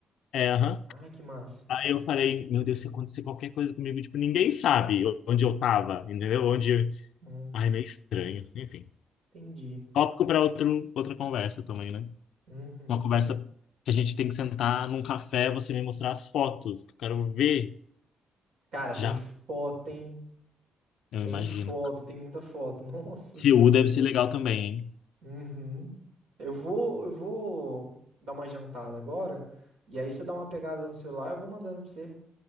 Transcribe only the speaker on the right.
Ai, que massa.
Hum,
entendi.
Uhum.
Cara, tem
foto, hein?
Tem
foto, tem muita foto. <laughs> Nossa
senhora.
Uhum. Eu vou, eu vou dar uma jantada agora. E aí você dá uma pegada no celular, eu vou mandando pra você.